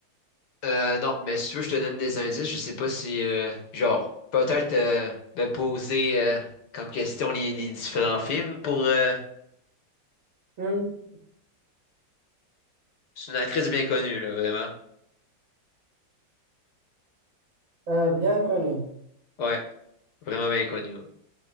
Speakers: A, on the left (about 60°); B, on the right (about 80°).
A: Euh, non, mais si tu veux, je te donne des indices. Je sais pas si, euh, genre, peut-être euh, me poser euh, comme question les, les différents films pour... euh,
B: Hmm,
A: c'est une actrice bien connue, là, vraiment.
B: euh, bien connue.
A: Ouais, vraiment bien connue. Ouais,